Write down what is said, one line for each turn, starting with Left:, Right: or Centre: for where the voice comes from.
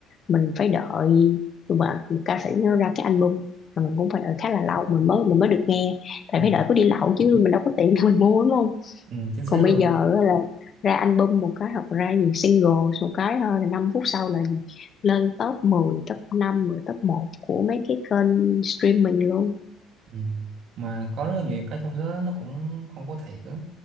Left: mình phải đợi mà một ca sĩ nó ra cái album rồi mình cũng phải đợi khá là lâu mình mới mình mới được nghe tại
Right: Ừ.
Left: phải đợi có đi lậu chứ mình đâu có tiền để <laughs> mình mua đúng không
Right: Ừ. chính xác
Left: còn bây
Right: luôn
Left: giờ á là ra album một cái hoặc ra gì single một cái thôi là 5 phút sau là gì lên top mười top năm mười top một của mấy cái kênh streaming luôn
Right: ừ. mà có rất là nhiều cái trong số đó nó cũng không có thiệt á